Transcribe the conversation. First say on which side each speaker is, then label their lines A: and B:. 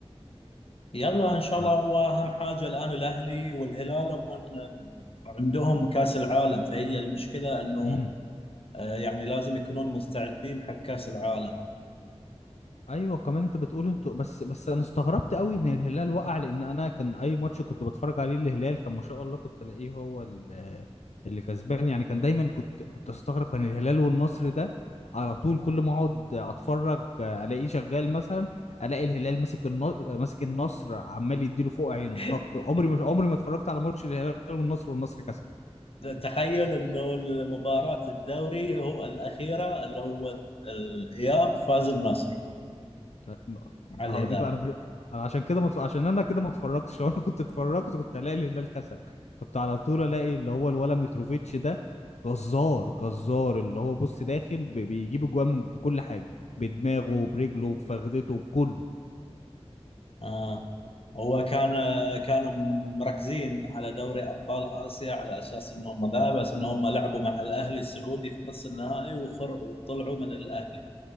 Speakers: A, on the left; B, on the left.
A: يلا ان شاء
B: ف
A: الله هو اهم حاجه الان الاهلي والهلال هم من- عندهم كاس العالم فهي المشكله انه
B: امم.
A: آه، يعني لازم يكونون مستعدين حق كاس العالم
B: ايوه كمان انت بتقول انتوا بس بس انا استغربت قوي ان الهلال وقع لان انا كان اي ماتش كنت بتفرج عليه الهلال كان ما شاء الله كنت الاقيه هو ال- اللي كسبان يعني كان دايما كنت كنت استغرب كان الهلال والنصر ده على طول كل ما اقعد اتفرج آه، الاقيه شغال مثلا الاقي الهلال ماسك النصر ماسك النصر عمال يديله فوق عينه
A: <laughs>
B: طق عمري ما عمري ما اتفرجت على ماتش الهلال والنصر والنصر كسب
A: تخيل انه مباراه الدوري هو الاخيره اللي هو ال- الاياب فاز النصر
B: لا، ما-
A: على
B: هو
A: الهلال
B: دي بقى انا مش... أنا عشان كده متف... عشان انا كده ما اتفرجتش <laughs> لو انا كنت اتفرجت كنت الاقي الهلال كسب كنت على طول الاقي اللي هو الولا متروفيتش ده جزار جزار اللي هو بص داخل ب... بيجيب اجوان من بكل حاجه بدماغه برجله بفخدته بكله
A: آه. هو كان آه، كانوا مركزين على دوري ابطال اسيا على اساس انهم ذا بس انهم لعبوا مع الاهلي السعودي في نص النهائي وخر... وطلعوا من الاهلي